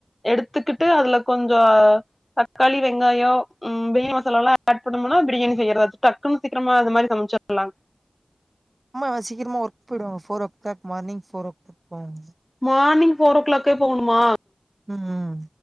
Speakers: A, on the left (about 20°); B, on the right (about 50°).
A: எடுத்துக்கிட்டு அதுல கொஞ்சோ தக்காளி வெங்காயோ ம் பிரியாணி மசாலாலா ஆட் பண்ணோம்னா பிரியாணி செய்றாச்சு டக்குன்னு சீக்கிரமா அது மாரி சமச்சிர்லா
B: ஆமா அவ சீக்கிரமா ஒர்க் போயிடுவங்க four o'clock morning four ஓ போவங்க
A: மார்னிங் ஃபோரோ கிளாக்கே போகணுமா
B: ம்ம்